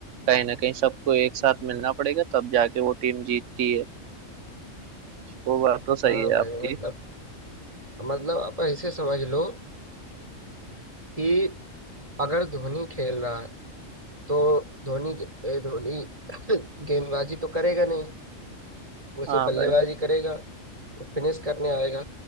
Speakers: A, on the right; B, on the right.
A: कहीं ना कहीं सबको एक साथ मिलना पड़ेगा तब जाके वो टीम जीतती है वो बात तो सही
B: हाँ
A: है
B: भाई
A: आपकी
B: मतलब मतलब आप ऐसे समझ लो कि अगर धोनी खेल रहा है तो धोनी ए, धोनी <coughs> <laughs> गेंदबाजी तो करेगा नहीं वो सिर्फ
A: हाँ
B: बल्लेबाजी
A: भाई
B: करेगा वो फिनिश करने आएगा